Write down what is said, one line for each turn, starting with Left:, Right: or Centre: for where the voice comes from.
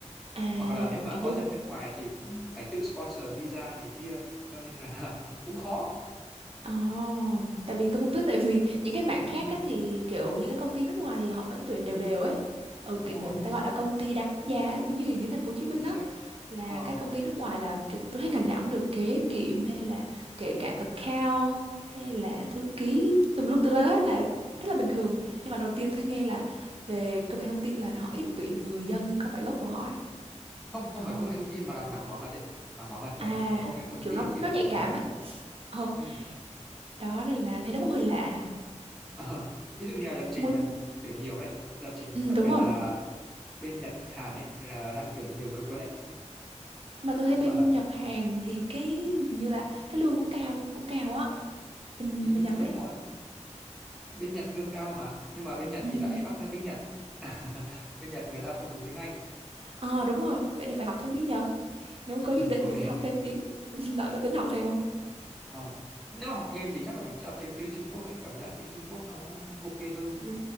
Right: À,
Centre: hoặc là nếu mà
Right: kiểu
Centre: có
Right: như
Centre: dân nước ngoài thì cũng phải tự sponsor visa này kia cho nên là <laughs> cũng khó
Right: Ồ, tại vì tôi không biết tại vì những cái mảng khác
Centre: ừ,
Right: á thì kiểu những cái công ty nước ngoài thì họ vẫn tuyển đều đều ấy. Ừ,
Centre: đúng
Right: kiểu người,
Centre: rồi
Right: người ta gọi là công ty đa quốc gia ấy, giống như dưới thành phố Hồ Chí Minh
Centre: chính
Right: á.
Centre: xác
Right: là
Centre: ờ,
Right: các công ty nước ngoài là kiểu tôi thấy ngành nào cũng được kế kiệm hay là kể cả account hay là thư ký tùm lum tùm la hết là rất là bình thường nhưng mà đầu tiên tôi nghe là về công nghệ thông tin là họ ít tuyển người dân không phải gốc của họ ấy
Centre: không không
Right: Ồ,
Centre: phải công nghệ thông tin mà là mảng bảo mật ấy mảng bảo mật thôi
Right: à
Centre: còn công nghệ thông
Right: kiểu
Centre: tin
Right: nó
Centre: thì
Right: nó
Centre: lại
Right: nhạy
Centre: tuyển
Right: cảm
Centre: nhiều
Right: ấy Ồ,
Centre: ừ.
Right: đó nên là thấy nó cũng hơi lạ
Centre: Ờ, ví dụ như là lập trình
Right: môi
Centre: là tuyển nhiều đấy lập trình
Right: ừ,
Centre: đặc
Right: đúng
Centre: biệt
Right: rồi
Centre: là bên Nhật Hàn ấy là đang tuyển nhiều cực luôn đấy
Right: mà tôi thấy
Centre: nhưng
Right: bên
Centre: mà
Right: Nhật Hàn thì cái hình như là cái lương cũng cao cũng cao á bên
Centre: ừ,
Right: bên Nhật
Centre: đúng
Right: đấy
Centre: rồi bên Nhật lương cao mà nhưng mà bên Nhật
Right: ừ.
Centre: thì lại bắt nói tiếng Nhật <laughs> bên Nhật người ta không dùng tiếng Anh
Right: ờ đúng rồi vậy thì phải học thêm tiếng Nhật Nếu mà có dự
Centre: <laughs>
Right: định
Centre: thôi
Right: thì sẽ học thêm tiếng <laughs> lợi có tính học thêm không?
Centre: oh. nếu mà học thêm thì chắc là mình sẽ học thêm tiếng Trung Quốc ấy cảm giác tiếng Trung Quốc nó ok hơn
Right: Nó-